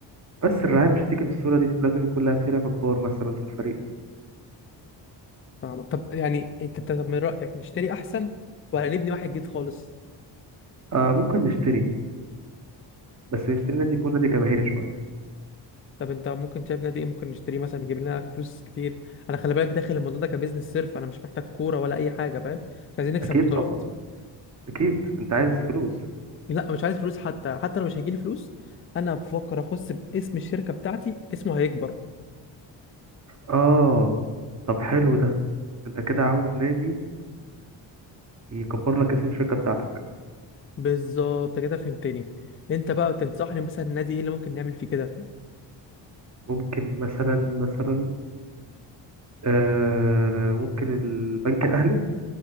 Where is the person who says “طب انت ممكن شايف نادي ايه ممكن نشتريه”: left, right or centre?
Left